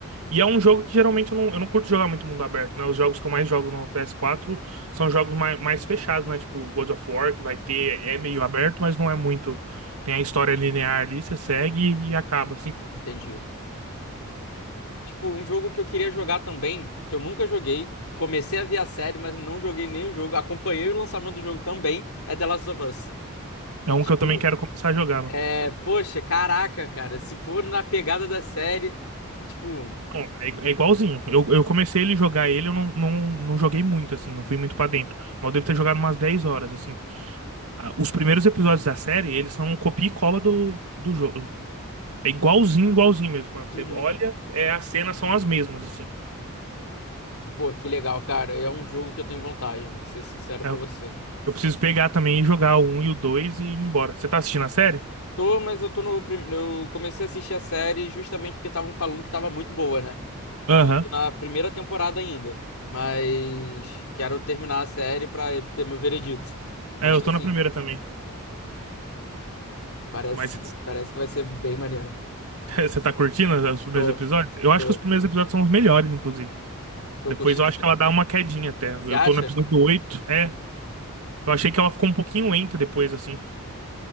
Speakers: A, on the right (about 80°); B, on the left (about 75°).
A: E é um jogo que geralmente eu não, eu não curto jogar muito mundo aberto, né? Os jogos que eu mais jogo no PS4 são jogos mais, mais fechados, né? Tipo God of War, que vai ter, é meio aberto, mas não é muito. Tem a história linear ali, você segue e acaba, assim.
B: Entendi. Tipo, um jogo que eu queria jogar também, que eu nunca joguei. Comecei a ver a série, mas não joguei nem o jogo. Acompanhei o lançamento do jogo também, é The Last of Us.
A: É
B: E,
A: um
B: tipo,
A: que eu também quero começar a jogar, mano.
B: é, poxa, caraca, cara, se for na pegada da série, e tipo,
A: Não, É i- é igualzinho. Eu, eu comecei ele jogar ele, eu não, não, não joguei muito, assim, não fui muito pra dentro. Mas eu devo ter jogado umas 10 horas, assim. Ah, Os primeiros episódios da série, eles são copia e cola do, do jogo. É igualzinho, igualzinho mesmo, mano.
B: uhum.
A: Você olha, é, as cenas são as mesmas, assim.
B: Pô, que legal, cara. É um jogo que eu tenho vontade, vou ser sincero
A: É,
B: pra
A: Eu,
B: você.
A: eu preciso pegar também e jogar o um e o 2 e ir embora. Você tá assistindo a série?
B: Tô, mas eu tô no. prim- Eu comecei a assistir a série justamente porque estavam falando que tava muito boa, né? Tipo,
A: Aham.
B: eu tô na primeira temporada ainda. Mas quero terminar a série pra ter meu veredito. Mas
A: É, eu
B: tô
A: tô
B: assim,
A: na primeira também.
B: parece,
A: Mas
B: que- parece que vai ser bem maneiro.
A: <laughs> você tá curtindo os primeiros
B: Tô,
A: episódios? Eu acho
B: tô,
A: que os primeiros
B: tô curtindo.
A: episódios são os melhores, inclusive.
B: Tô
A: Depois
B: curtindo
A: eu acho
B: sim.
A: que ela dá uma quedinha até. Eu
B: Você acha?
A: tô no episódio 8. Eu achei que ela ficou um pouquinho lenta depois, assim.